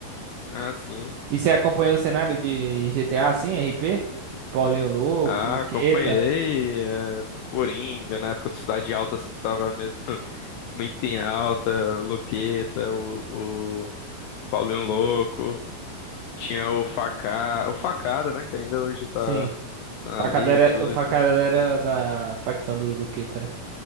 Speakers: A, on the left; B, on the right.
A: ah, sim.
B: E você acompanhou o cenário de GTA, assim, RP? Paulinho Louco,
A: Ah,
B: Luqueta.
A: acompanhei, é, Coringa, na época do Cidade Alta, assim, tava mesmo <laughs> muito em alta, Luqueta, o, o Paulinho Louco, tinha o Facá, o Facada, né, que ainda hoje tá,
B: Sim.
A: tá
B: facadera,
A: ali e tudo
B: o facadera
A: e tudo.
B: da facção do Luqueta, né?